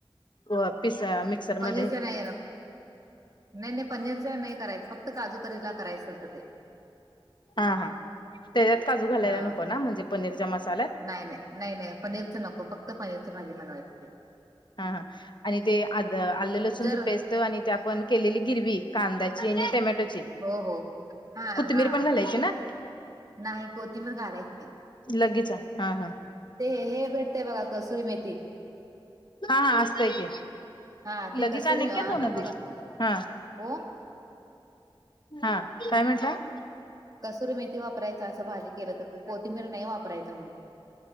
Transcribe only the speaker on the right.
पनीस
नाहीरा. नाही नाही पनीरच्या नाही करायचं फक्त काजूकरीला करायचं असं ते.
हा
नाही नाही नाही नाही पनीरचं नको फक्त पनीरची भाजी बनवायची ते.
जर
हो हो हा
हा
नाही कोणी मण घालायचं नाही.
ते हे भेटते बघा कसूरी मेथी
हा ते
कसुरी
आता
बघा
हो.
कसुरमेथी वापरायचं असं भाजी केलं तर कोथिंबीर नाही वापरायचं म्हण.